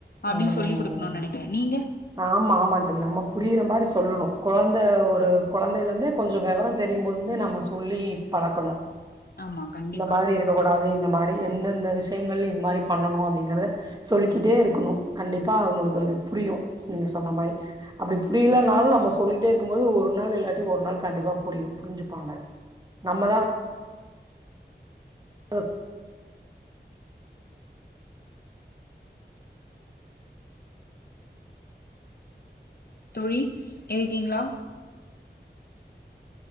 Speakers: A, on the right; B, on the left.
A: ம்
B: அப்டின்
A: ம்
B: சொல்லி குடுக்கணுனு நெனைக்கிறே நீங்க
A: ஆமா ஆமா தோழி நம்ம புரியிற மாரி சொல்லுணு கொழந்த ஒரு கொழந்தைையில இருந்தே கொஞ்சோ வெவர தெரியும்போதுந்தே நம்ம சொல்லி பழக்கணு
B: ஆமா கண்டிப்பா
A: இந்த மாரி இருக்க கூடாது இந்த மாரி எந்தெந்த விஷயங்கள் இது மாரி பண்ணணு அப்படிங்கறத சொல்லிக்கிட்டே இருக்கணு கண்டிப்பா உங்களுக்கு அது புரியு நீங்க சொன்ன மாரி அப்படி புரியலனாலு நம்ம சொல்லிட்டே இருக்கும்போது ஒரு நாள் இல்லாட்டி ஒரு நாள் கண்டிப்பா புரியு புரிஞ்சுப்பாங்க நம்மதா அ
B: தோழி இருக்கீங்ளா